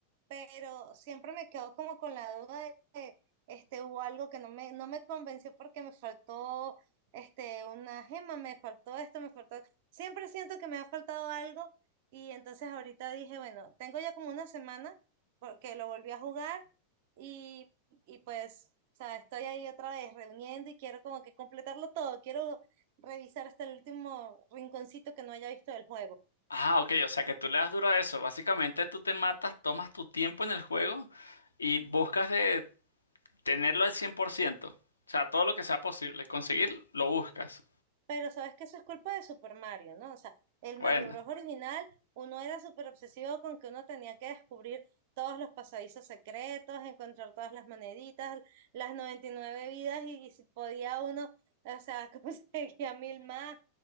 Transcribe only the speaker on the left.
Ah, ok, o sea que tú le das duro a eso. Básicamente tú te matas, tomas tu tiempo en el juego y buscas de tenerlo al 100%. O sea, todo lo que sea posible, conseguir, lo buscas.
Bueno,